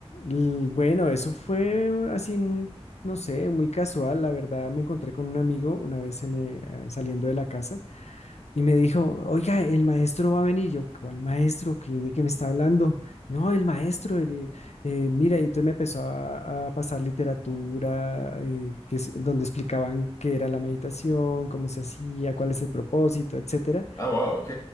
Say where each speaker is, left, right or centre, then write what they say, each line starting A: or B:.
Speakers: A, on the left; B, on the left.
A: l- bueno, eso fue así, mm, no sé, muy casual. La verdad, me encontré con un amigo una vez en, eh, eh, saliendo de la casa. Y me dijo, oiga, el maestro va a venir. Yo, ¿cuál maestro? ¿Qué, de qué me está hablando? No, el maestro, el, eh, eh, mira, y entonces me empezó a, a pasar literatura, eh, que es, donde explicaban qué era la meditación, cómo se hacía, cuál es el propósito, etcétera.
B: Ah, wow, ok.